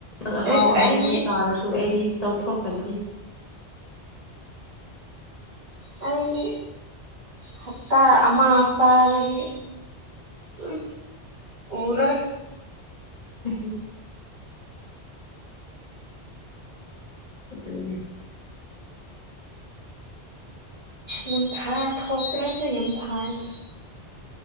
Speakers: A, on the left; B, on the right.
A: ꯪ ꯑꯍꯥꯎ
B: ꯑꯁ
A: ꯑꯍꯥꯎꯕ
B: ꯑꯩꯗꯤ
A: ꯇꯥꯔꯁꯨ ꯑꯩꯗꯤ ꯆꯥꯎꯊꯣꯛꯇꯕꯅꯤ
B: ꯍꯥꯏꯗꯤ ꯍꯞꯇꯥ ꯑꯃ ꯍꯞꯇꯥꯔꯗꯒꯤ ꯎꯝ ꯎꯔ
A: ꯎꯝ ꯑꯗꯨꯗꯅꯦ
B: ꯌ ꯊꯥ ꯊꯣꯛꯄ꯭ꯔꯁꯨ ꯌꯥꯝ ꯊꯥꯔ